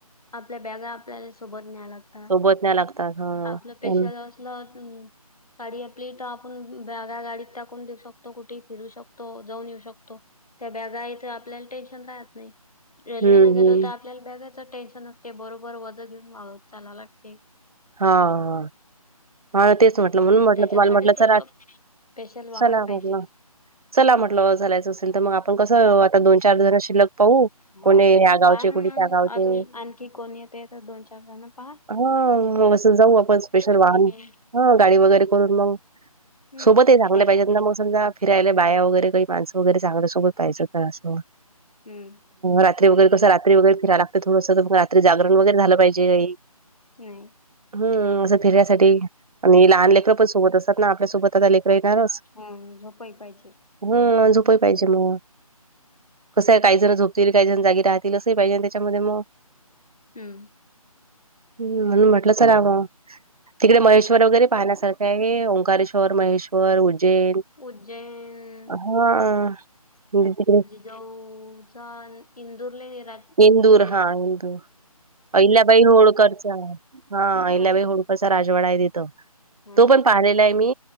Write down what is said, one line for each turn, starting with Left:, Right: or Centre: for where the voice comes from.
Left: आपल्या बॅगा आपल्याला सोबत न्याय लागतात
Right: सोबत न्याय लागतात. हां,
Left: आपलं पेशल.
Right: हं.
Left: ला. गाडी आपली तर आपण बग्या गाडीत टाकून देऊ शकतो कुठेही फिरू शकतो जाऊन येऊ शकतो. त्या बॅगायचं आपल्याला टेन्शन राहत नाही रेल्वे
Right: हं,
Left: न गेलो
Right: हं.
Left: तर. आपल्याला बॅगाच टेन्शन असते बरोबर वज घेऊन चाला लागते.
Right: हा हा. हा तेच म्हटलं म्हणून म्हटलं
Left: त्याच्यासाठीच
Right: तुम्हाला म्हटलं
Left: असं
Right: चला
Left: स्पेशल वाहन
Right: चला
Left: पाहिजे
Right: म्हटलं. चला म्हटलं झालायचं असेल तर मग आपण कसं आता दोन चार जण शिल्क पाहू.
Left: हो
Right: कोणी या गावचे,
Left: पाहा
Right: कोणी
Left: ना मग
Right: त्या गावचे.
Left: अजून आणखी कोण येत येत दोन चार जण पाहा.
Right: हा अस जाऊ आपण स्पेशल वाहन..
Left: आपण
Right: हा गाडी वगैरे करून मग
Left: हम्म
Right: सोबतही चांगल्या
Left: पेशल
Right: पाहिजे मग समजा. फिराय बाया वगैरे काही माणसं वगैरेांगल्या सोबत पाहिये होत असं.
Left: हम्म.
Right: रात्री वगैरे कस रात्री वगैर फिराय लागते थोडंसं मग रात्री जागरण वगैरे झालं पाहिजेही.
Left: नाही.
Right: हम्म असं फिरण्यासाठी आणि लहान लेकरं पण सोबत असतात ना आपल्यासोबत. आता लेकर येणारच
Left: हा झोपही पाहिजे
Right: हम्म झोपही पाहिजे मग. कसं आहे काही जण झोपतील काही जण जागी राहतील असंही पाहिजे त्याच्यामध्ये मग.
Left: हम्म.
Right: हम्म म्हणून म्हटलं चला म तिकडे महेश. वगैरे पाहण्यासारखे आहे ओंकारेश्वर, महेश्वर. उज्जैन
Left: उज्जैन
Right: हा म्हणजे तिकडे.
Left: जाऊचा इंदूरले
Right: इंदूर
Left: हे
Right: हा इंदूर अहिल्याबाई होळकरचा हा अहिल्याबाई
Left: हम्म.
Right: होळकर. राजवाडा आहे तिथं
Left: हम्म.
Right: तो पण पाहिलेला आहे. मी